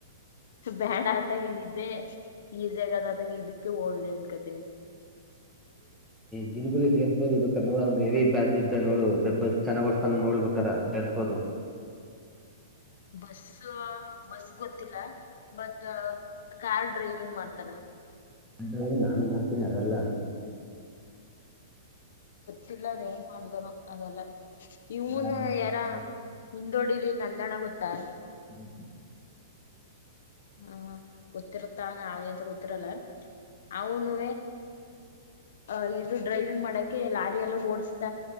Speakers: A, on the left; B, in the centre.
A: ಬ್ಯಾಡ ಆತಾಗ ಇದೇ ಈ ಜಗದಾತಾಗ ಇದಕ್ಕೆ ಹೋಗಲಿ ಅನ್ಕತೀನಿ
B: ದಿನಗಳಗಳು ಸೇರ್ಸೋದು ಬ ನೋಡ ನೋಡು ದಬ್ಬಸ್ ಚೆನ್ನ್ ಬರ್ಸ್ತಾನ ನೋಡ್ಬೇಕಾರ ಹೇಳ್ಸ್ಬೋದು
A: ಬಸ್ ಬಸ್ ಗೊತ್ತಿಲ್ಲ ಮತ್ ಕಾರ್ ಡ್ರೈವಿಂಗ್ ಮಾಡ್ತಾನ
B: ಅ ನಾನು ಮಾಡರ್ತೀನಿ ಅದೆಲ್ಲ
A: ಗಿಲ್ಲ ಅದ ಏನ್ ಮಾಡಿದರು ಅದೆಲ್ಲ ಇವನು
B: ಲಾರಿ ಓಡಿಸ್ಬೇಕು
A: ಯಾರ ಹಿಂದೋಡಿಲಿ ನಂದಣ ಗೊತ್ತಾ
B: ಇ <unintelligible>
A: ಹ ಗೊತ್ತಿರ್ತ ಅವ ಎಂತ ಗೊತ್ತಿರಲ್ಲ ಅವನು ಅ ಇದು ಡ್ರೈವಿಂಗ್ ಮಾಡಕೆ ಲಾರಿ ಎಲ್ಲ ಓಡಸ್ತ